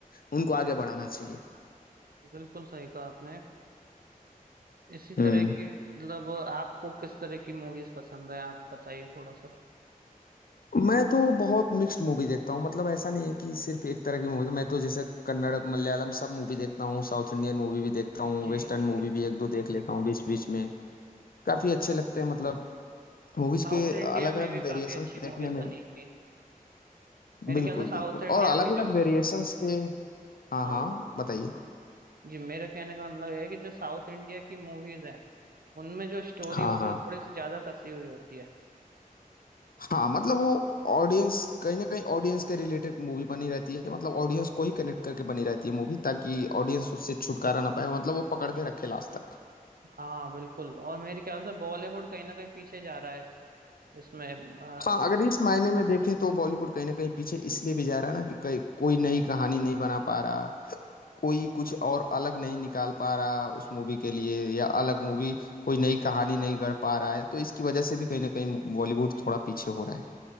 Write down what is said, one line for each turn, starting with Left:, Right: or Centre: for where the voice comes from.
Left: उनको आगे बढ़ाना चाहिए
Right: बिल्कुल सही कहा आपने इसी
Left: हम्म
Right: तरह की मतलब आपको किस तरह की मूवीज पसंद है आप बताइए थोड़ा सा
Left: मैं तो बहुत मिक्स्ड मूवी देखता हूँ मतलब ऐसा नहीं है कि सिर्फ एक तरह की मूवी मैं तो जैसे कन्नड़ मलयालम सब मूवी देखता हूँ साउथ इंडियन मूवी भी देखता हूँ
Right: जी
Left: वेस्टर्न
Right: जी
Left: मूवी भी एक दो देख लेता हूँ बीच बीच में काफी अच्छे लगते हैं मतलब मूवीज
Right: साउथ
Left: के
Right: इंडिया
Left: अलग
Right: में
Left: अलग
Right: भी
Left: वेरिएशन
Right: काफी अच्छी
Left: देखने
Right: मूवीज
Left: में
Right: बनी थी मेरे
Left: बिल्कुल
Right: ख्याल से साउथ
Left: बिल्कुल
Right: इंडिया
Left: और अलग
Right: की
Left: अलग
Right: जो
Left: वेरिएशंस के हाँ
Right: हाँ
Left: हाँ बताइए
Right: जी मेरे कहने का मतलब ये है कि जो साउथ इंडिया की मूवीज हैं उनमें जो स्टोरी
Left: हाँ
Right: होती
Left: हाँ
Right: है वो थोड़ी सी ज्यादा कसी हुई होती है
Left: हाँ मतलब वो ऑडियंस कहीं ना कहीं ऑडियंस के रिलेटेड मूवी बनी रहती है मतलब ऑडियंस को ही कनेक्ट करके बनी रहती है मूवी ताकि ऑडियंस उससे छुटकारा ना पाए मतलब वो पकड़ के रखे लास्ट तक
Right: हाँ बिल्कुल और मेरे ख्याल से बॉलीवुड कहीं ना कहीं पीछे जा रहा है इस, इसमें अ,
Left: हाँ अगर इस मायने में देखें तो बॉलीवुड कहीं ना कहीं पीछे इसलिए भी जा रहा है ना कि कहीं कोई नई कहानी नहीं बना पा रहा कोई कुछ और अलग नहीं निकाल पा रहा उस मूवी के लिए या अलग मूवी कोई नई कहानी नहीं गढ़ पा रहा है तो इसकी वजह से भी कहीं ना कहीं बॉलीवुड थोड़ा पीछे हो रहा है